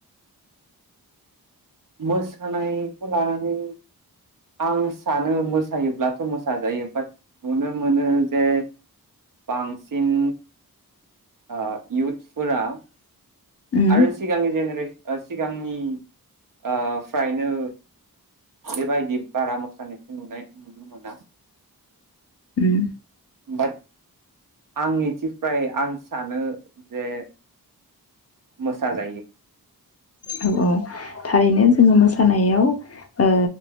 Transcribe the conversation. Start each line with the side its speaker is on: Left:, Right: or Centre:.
Right: मोसानायखौ लानानै आं सानो मोसायोब्लाथ' मोसाजायो बाट नुनो मोनो जे बांसिन ओ इउथफोरा
Left: उम
Right: आरो सिगांनि जेनेरेल ओ सिगांनि ओ फ्रायनो बेबायदि बारा मोसानायखौ नुनाय नुनो मोना।
Left: उम
Right: बाट आं निथिफ्राय आं सानो जे मोसा जायो।
Left: औ औ थारैनो जोङो मोसानायाव ओ